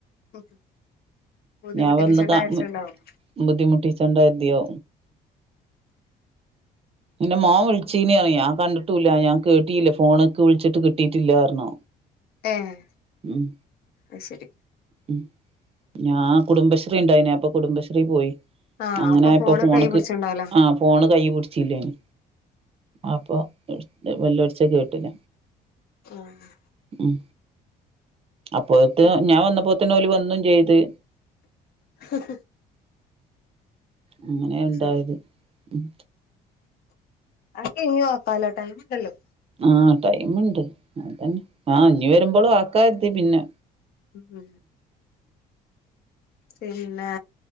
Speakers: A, on the left; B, on the right.
A: ഉ ബുദ്ധിമുട്ടിപ്പിച്ചണ്ട
B: ഞാൻ വന്ന് കാ
A: അരിച്ചുണ്ടാവും.
B: ബുദ്ധിമുട്ടിച്ചണ്ട എർതിയോ. ന്റെ മോൻ വിളിച്ചീനിറിഞ്ഞു ഞാൻ കണ്ട റ്റൂല്ല. ഞാൻ കേട്ടില്ല ഫോണക് വിളിച്ചിട്ട് കിട്ടിട്ടില്ലാ പറഞ്ഞു.
A: ഏഹ്
B: ഉമം
A: അത് ശരി
B: മം ഞാ കുടുംബശ്രീ ഉണ്ടായിന് അപ്പൊ കുടുംബശ്രീ പോയി.
A: ആഹ്
B: അങ്ങനെആയപ്പൊ
A: അപ്പൊ ഫോണ്
B: ഫോണ്‌ക്
A: കൈ പിടിച്ച്ണ്ടാവുല്ലേ
B: ആ. ഫോണ് കൈ പുട്ച്ചില്ലെനി അപ്പൊ വല്ലൊച്ചത് കേട്ടില്ല.
A: അഹ്
B: മം അപ്പോത്
A: അത്
B: ഞാൻ വന്നപ്പോ തിന് ഓല് വന്നും ചെയ്ത്.
A: ആഹ് ഹ്.
B: അങ്ങനെ ഉണ്ടായത്
A: ശരി
B: ഉം.
A: അതൊക്കെ ഇഞ്ഞും ആകാല്ലോ ടൈംയ്‌മ്ണ്ടല്ലോ.
B: ആഹ് ടൈമ്ണ്ട്. അതന്നെ ആ ഞ്ഞ് വരുമ്പളും ആക്കര്തി പിന്നെ.
A: മം ഹ് പിന്നെ